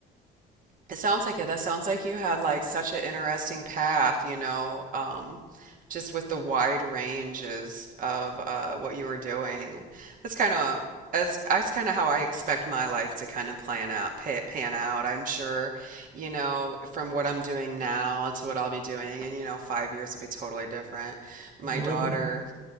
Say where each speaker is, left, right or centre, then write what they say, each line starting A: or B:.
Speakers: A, on the right (about 55°); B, on the right (about 85°).
A: It sounds like it. That sounds like you had like such an interesting path, you know, um, just with the wide ranges of uh, what you were doing. That's kind of that's that's kind of how I expect my life to kind of plan out, pa pan out. I'm sure, you know, from what I'm doing now to what I'll be doing in, you know, five years will be totally different. My
B: You know,
A: daughter,
B: like a,